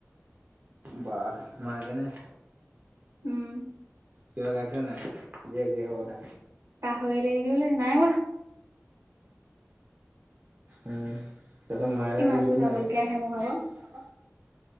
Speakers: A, on the right; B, on the right.
A: বাহ মাগেনে
B: উম।
A: কিবা ক আছে নাই জীয়েক জীয়েকৰ কথা।
B: পাহৰিলে নেকি বোলে। নাই হোৱা।
A: উম। কিয়, তোৰ মায়েৰাই
B: কি
A: আজি
B: মাতটো
A: গ'ল
B: ডাবুলকে
A: নাই।
B: আহে মোৰ ভাগৰ